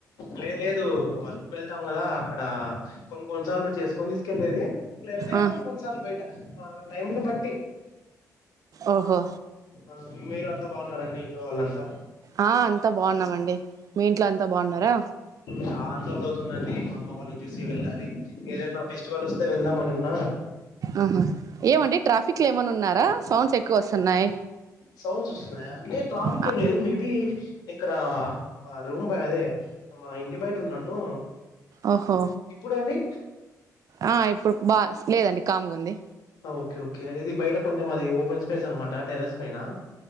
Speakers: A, on the left; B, on the right.
A: లేదు లేదు వర్క్ వెళ్తాం కదా అక్కడ కొన్ని కొన్నిసార్లు చేసుకుని తీసుకెళ్లేది లేంటే
B: ఆ
A: కొన్ని కొన్నిసార్లు బయట ఆ టైమ్ ను బట్టి
B: ఓహో
A: ఆ మీరు అంతా బాగున్నారండి ఇంట్లో వాళ్ళంతా
B: ఆ అంతా బాగున్నామండి మీ ఇంట్లో అంతా బాగున్నారా
A: చాన్ రోజులు అవుతుందండి మా అమ్మ వాళ్ళని చూసి వెళ్ళాలి ఏదైనా ఫెస్టివల్ వస్తే వెళ్దామనివున్నా
B: ఆహా ఏమండి ట్రాఫిక్ లో ఏమన్నా ఉన్నారా సౌండ్స్ ఎక్కువ వస్తున్నాయి.
A: సౌండ్స్ వస్తున్నాయా లేదు ట్రాఫిక్
B: ఆ,
A: ఏం లేదు మేబి ఇక్కడ మా రూమ్ బాదే మా ఇంటి బయట ఉన్నాను
B: ఓహో
A: ఇప్పుడండి
B: ఆ ఇప్పుడు బా లేదండి కామ్గుంది
A: ఓకే ఓకే ఇది బయట కొంచెం అది ఓపెన్ స్పేస్ అనమాట టెర్రస్ పైన